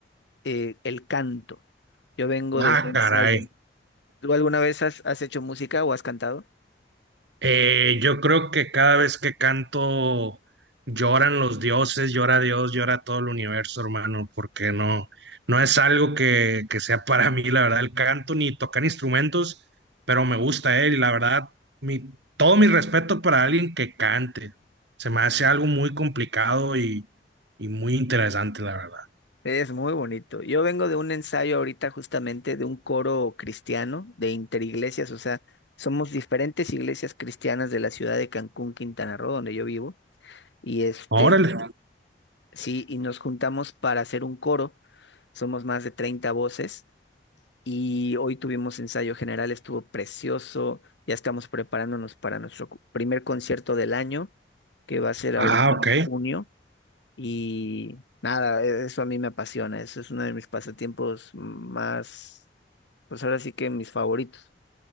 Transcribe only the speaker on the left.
eh, el canto. Yo vengo
de un ensayo.
¿Tú alguna vez has, has hecho música o has cantado?
Es muy bonito. Yo vengo de un ensayo ahorita justamente de un coro cristiano de interiglesias, o sea, somos diferentes iglesias cristianas de la ciudad de Cancún, Quintana Roo, donde yo vivo, y este,
sí, y nos juntamos para hacer un coro, somos más de 30 voces, y hoy tuvimos ensayo general, estuvo precioso, ya estamos preparándonos para nuestro cu- primer concierto del año, que va a ser
ahorita en
junio, y nada, e- eso a mí me apasiona, eso es uno de mis pasatiempos más, pues ahora sí que mis favoritos.